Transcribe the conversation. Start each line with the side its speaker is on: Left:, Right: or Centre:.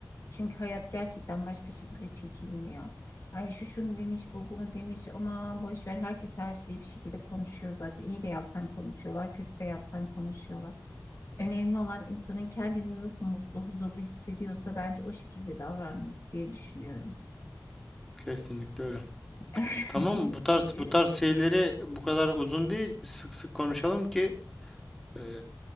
Left: Çünkü hayat gerçekten başka şekilde çekilmiyor. Yani şu şunu demiş, bu bunu demiş. Aman boş ver. Herkes her şeyi bir şekilde konuşuyor zaten. İyi de yapsan konuşuyorlar, kötü de yapsan konuşuyorlar. Önemli olan insanın kendini nasıl mutlu, huzurlu hissediyorsa bence o şekilde davranması diye düşünüyorum.
Centre: Kesinlikle öyle.
Left: <laughs>
Centre: Tamam, bu tarz bu tarz şeyleri bu kadar uzun değil, sık sık konuşalım ki e,